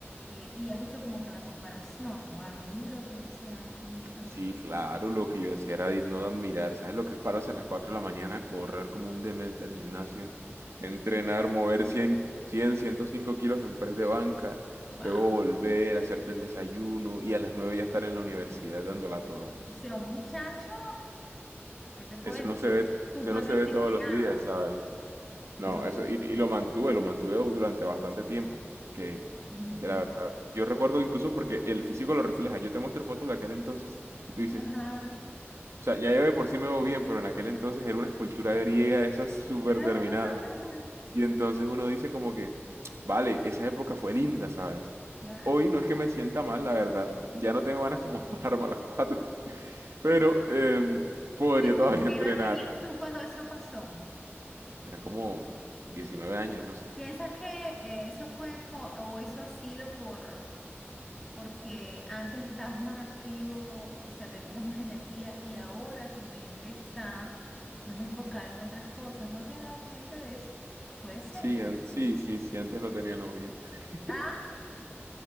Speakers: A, in the centre; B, on the right.
A: eh, y has hecho como que la comparación. Wow, mira lo que yo hacía antes y mira lo
B: Sí,
A: que estoy
B: claro,
A: haciendo.
B: lo que yo decía era no de admirar. ¿Sabes lo que es pararse a las 4 de la mañana a correr como un demente al gimnasio? Entrenar, mover cien, cien, ciento cinco kilos en press de banca,
A: Wow.
B: luego volver, hacerte el desayuno y a las 9 ya estar en la universidad dándola toda.
A: O sea, un muchacho, ¿qué te puedo
B: Eso
A: decir?
B: no se ve,
A: Súper
B: eso no se
A: disciplinado.
B: ve todos los días, ¿sabes? No,
A: Du-
B: eso, y, y lo mantuve, lo mantuve durante bastante tiempo, que,
A: Ujú.
B: que la verdad, yo recuerdo incluso porque el físico lo refleja. Yo te muestro fotos de aquel entonces y tú dices,
A: Ajá.
B: O sea, ya yo de por sí me veo bien, pero en aquel entonces era una escultura griega de esas súper
A: <laughs>
B: terminadas. Y entonces uno dice como que, vale, esa época fue linda, ¿sabes?
A: Claro.
B: Hoy no es que me sienta mal, la verdad. Ya no tengo ganas como de <laughs> pararme a las 4. Pero em, podría
A: Esto,
B: todavía
A: ¿qué
B: entrenar.
A: edad tenías tú cuando eso pasó?
B: Eran como 19 años, no sé.
A: ¿Piensas que eh, eso fue por, o eso ha sido por porque antes estabas más activo, o sea, tenías más energía y ahora tu mente está más enfocada en otras cosas. ¿No te has dado cuenta de eso? Puede ser,
B: Sí,
A: ¿verdad?
B: an- sí, sí, sí, antes no tenía novia. <laughs>
A: Ah,